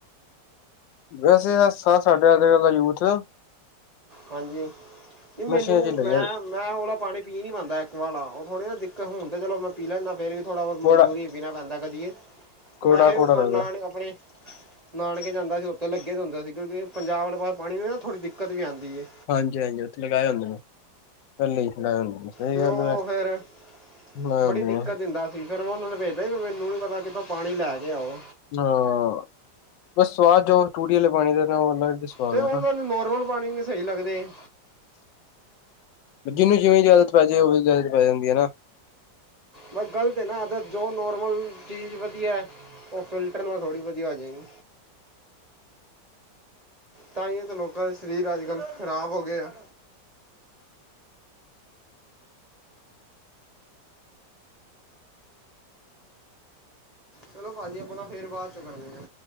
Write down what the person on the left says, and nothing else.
ਵੈਸੇ <unintelligible> ਸਾਡੇ ਆਲਾ ਯੂਥ-
ਨਸ਼ਿਆਂ ਚ ਹੀ ਲੱਗਿਆ
ਕੌੜਾ
ਕੌੜਾ
ਕੌੜਾ
ਲੱਗਦਾ
ਹਾਂਜੀ ਹਾਂਜੀ ਉਥੇ ਲਗਾਏ ਹੁੰਦੇ ਨੇ <unintelligible>
ਹੈ
ਲਗਾਏ
ਹੁੰਦੇ
ਨੇ
ਹਾਂ ਬਸ ਸਵਾਦ ਜੋ ਟੂਟੀ ਵਾਲੇ ਪਾਣੀ ਦਾ ਸਵਾਦ
ਹੈ ਨਾ
ਜਿਹਨੂੰ ਜਿਵੇ ਦੀ ਆਦਤ ਪੈ ਜੇ ਉਵੇ ਦੀ ਆਦਤ ਪੈ ਜਾਂਦੀ ਏ ਨਾ।
ਹ <inaudible>